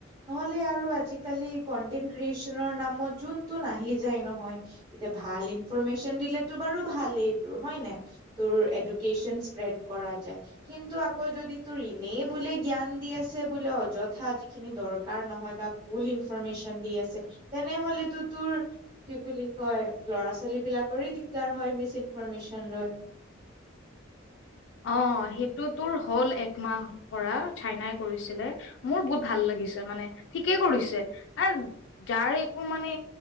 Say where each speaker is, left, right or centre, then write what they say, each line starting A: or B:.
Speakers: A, on the right; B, on the left.
A: নহলে আৰু আজিকালি কনটেনট ক্ৰিয়েচনৰ নামত যোনটোনে আহি যায় নহয় এতিয়া ভাল ইনফৰেশচন দিলো বাৰু ভালেই তোৰ হয় ন তোৰ এডন স্প্ৰড কৰা য আকৌ যদি তোৰ এনেই বোলে জ্ঞান দি আছে বোলে অযথা যিখিনি দৰকাৰ নহয় বা ভুল ইনফৰৰ্মেশ্যন দি আছে তেনেহলেতো তোৰ কি বুলি কয় ল'ৰা ছোৱালী বিলাকৰে দিগদাৰ হয় মিছ ইনফৰৰ্মেশ্যন লৈ
B: অ সেইটো তোৰ হ'ল একমাহৰ পৰা চাইনাই কৰিছিলে মোৰ বহুত ভাল লাগিছে মানে ঠিকেই কৰিছে আৰু যাৰ একো মানে